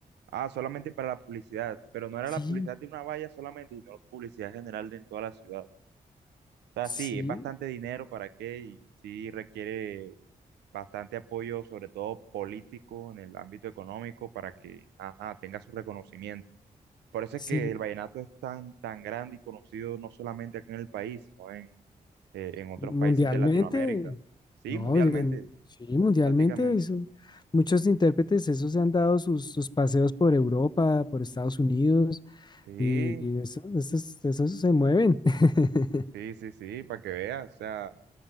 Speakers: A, on the right; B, on the left.
A: Ah, solamente para la publicidad, pero no era
B: Sí,
A: la publicidad de una valla solamente, sino la publicidad general de en toda la ciudad. O sea,
B: sí,
A: sí, es bastante dinero para qué y sí requiere bastante apoyo, sobre todo político, en el ámbito económico, para que, ajá, tenga su reconocimiento. Por eso
B: sí.
A: es que el vallenato es tan, tan grande y conocido no solamente acá en el país, sino en, eh, en otros
B: Mundialmente,
A: países de Latinoamérica. Sí,
B: no,
A: mundialmente,
B: en- sí, mundialmente,
A: prácticamente.
B: eso- muchos intérpretes, esos se han dado sus, sus paseos por Europa, por Estados Unidos,
A: Sí,
B: y, y eso, esos, esos se mueven. <laughs>
A: sí, sí, sí, para que veas. O sea,